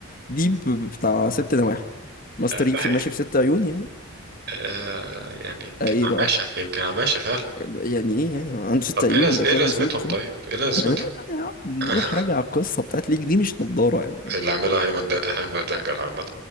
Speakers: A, on the left; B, on the right.
A: دي ب... بتاع ست نواحي ماستر
B: آه،
A: يي
B: ده
A: بس-
B: حقيقي
A: ماشي بست عيون يعني
B: آه... يعني يمكن
A: آه، ايه بقى
B: عماشة يمكن عماشة فعلا
A: يعني ايه يعني ما عنده ست
B: طب
A: عيون
B: إيه لز...
A: ده
B: إيه
A: كده
B: لازمتهم
A: مصيبه سود
B: طيب؟ إيه لازمتهم؟
A: انا مال انا يا عم
B: <laughs>
A: روح راجع القصه بتاعت ليك دي مش نضاره يعني
B: اللي عاملها هيمن د- هيمن دنجر عامة